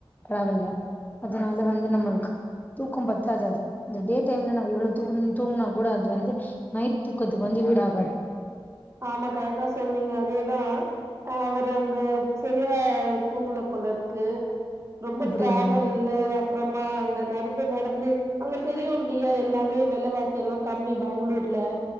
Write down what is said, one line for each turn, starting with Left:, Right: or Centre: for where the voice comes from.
Left: டிரவல்ல அதனால வந்து நம்மளுக்கு தூக்கம் பத்தாது அது இந்த டே டைம்ல நம்ம எவ்ளோ தூங் தூங்குனா கூட அது வந்து நைட் தூக்கத்துக்கு வந்து ஈடாகாது
Right: ஆமா கரெக்டா சொன்னீங்க அதேதா அவரு அங்க செரியா தூங்கல போல இருக்கு ரொம்ப
Left: அப்டியா
Right: டிராவல்ல அப்பறமா அங்க நடந்து நடந்து அங்க தெரியு இல்லையா எல்லாமே வெலவாசில்லா கம்மி பெங்களூர்ல